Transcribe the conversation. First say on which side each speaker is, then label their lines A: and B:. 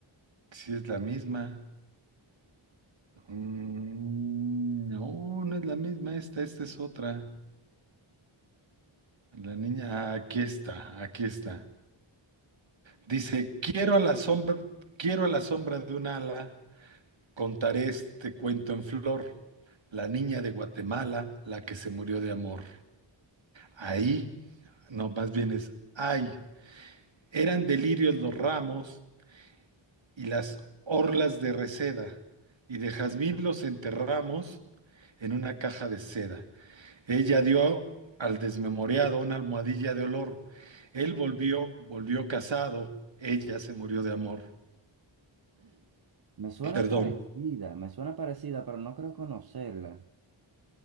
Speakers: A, on the right; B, on the right.
A: si es la misma. Mm, no, no es la misma esta. Esta es otra. La niña. ah, aquí está. Aquí está. Dice, quiero a la sombra, quiero a la sombra de un ala. Contaré este cuento en flor, la niña de Guatemala, la que se murió de amor. Ahí, no, más bien es, ay, eran delirios los ramos y las orlas de reseda, y de jazmín los enterramos en una caja de seda. Ella dio al desmemoriado una almohadilla de olor. Él volvió, volvió casado, ella se murió de amor.
B: me suena
A: Perdón,
B: parecida, me suena parecida, pero no creo conocerla.